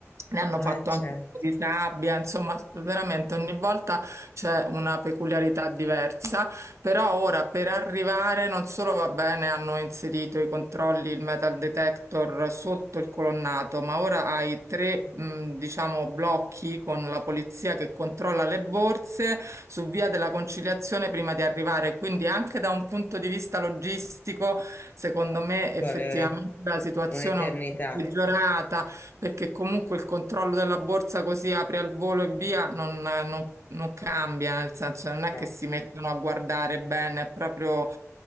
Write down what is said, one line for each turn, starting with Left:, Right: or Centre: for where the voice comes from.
Right: Ne hanno
Left: Eh,
Right: fatto
Left: certo.
Right: anche un po' di sabbia, insomma, veramente ogni volta c'è una peculiarità diversa. Però ora per arrivare non solo va bene, hanno inserito i controlli, il metal detector sotto il colonnato, ma ora hai tre,
Left: Ci
Right: mh, diciamo, blocchi con la polizia che controlla le borse su via della conciliazione prima di arrivare. Quindi anche da un punto di vista logistico, secondo me effettivamente
Left: vuole
Right: la situazione
Left: un'eternità.
Right: è un po' peggiorata perché comunque il controllo della borsa così apri al volo e via non, non- non cambia, nel senso non è
Left: No,
Right: che si mettono a guardare bene, è proprio